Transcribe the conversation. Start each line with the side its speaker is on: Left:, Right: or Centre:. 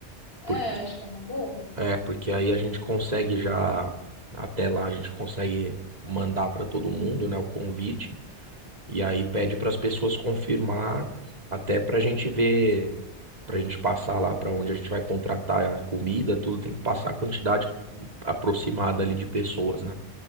Left: é,
Right: Por-
Left: acho que é uma boa.
Right: é, porque aí a gente consegue já, até lá a gente consegue mandar para todo mundo, né, o convite, e aí pede para as pessoas confirmar, até para a gente ver, para a gente passar lá para onde a gente vai contratar a comida, tudo tem que passar a quantidade aproximada ali de pessoas, né?